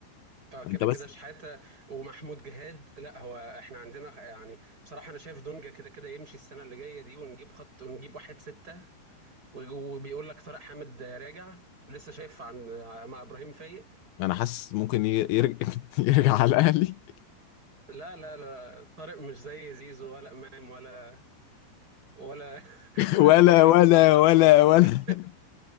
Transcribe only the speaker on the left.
انت
بس
انا حاسس ممكن ي- يرجع <laughs> يرجع على الاهلي
ولا
ولا
ولا
ولا